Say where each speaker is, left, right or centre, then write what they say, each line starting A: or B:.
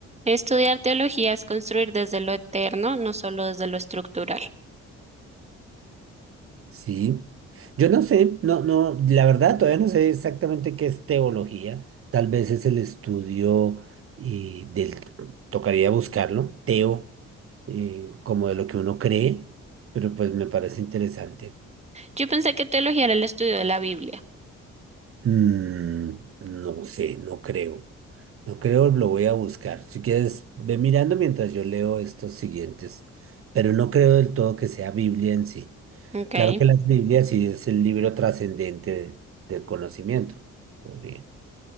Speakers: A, on the right; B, on the right.
A: estudiar teología es construir desde lo eterno, no solo desde lo estructural.
B: Sí. Yo no sé, no, no, la verdad todavía no sé exactamente qué es teología. Tal vez es el estudio y del, tocaría buscarlo, teo, eh, como de lo que uno cree, pero pues me parece interesante.
A: Yo pensé que teología era el estudio de la Biblia,
B: Mm, no sé, no creo. No creo, lo voy a buscar. Si quieres, ve mirando mientras yo leo estos siguientes, pero no creo del todo que sea Biblia en sí.
A: ¿ok?
B: Claro que las Biblias sí es el libro trascendente del conocimiento, podría.